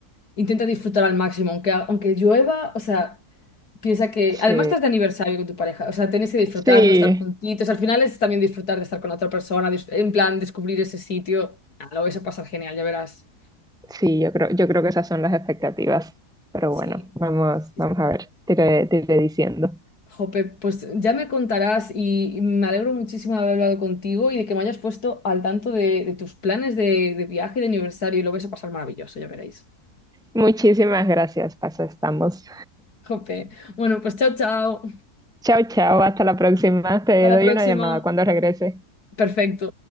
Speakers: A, on the left; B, in the centre.
A: intenta disfrutar al máximo, aunque, aunque llueva, o sea, Piensa que
B: Sí,
A: además estás de aniversario con tu pareja, o sea, tenéis que disfrutarlo,
B: sí,
A: estar juntitos. Al final es también disfrutar de estar con otra persona, dis- en plan descubrir ese sitio. Ah, lo vais a pasar genial, ya verás.
B: Sí, yo creo, yo creo que esas son las expectativas. Pero
A: Sí,
B: bueno, vamos,
A: sí,
B: vamos
A: sí.
B: a ver, te iré, te iré diciendo.
A: Jope, pues ya me contarás y y me alegro muchísimo de haber hablado contigo y de que me hayas puesto al tanto de, de tus planes de, de viaje y de aniversario. Lo vais a pasar maravilloso, ya veréis.
B: Muchísimas gracias, Paso, estamos.
A: Jope. Bueno, pues chao, chao.
B: Chao, chao, hasta la próxima. Te
A: Hasta la
B: doy
A: próxima.
B: una llamada cuando regrese.
A: Perfecto.